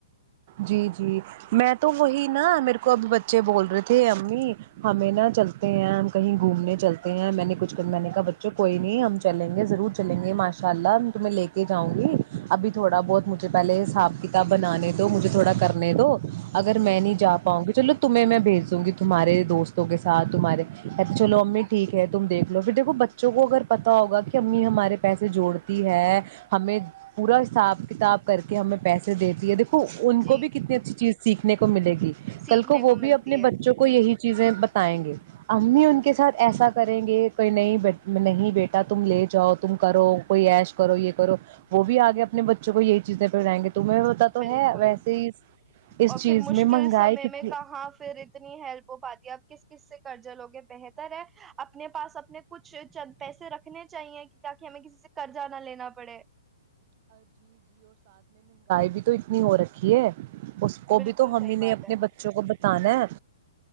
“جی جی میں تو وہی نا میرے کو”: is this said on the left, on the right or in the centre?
Right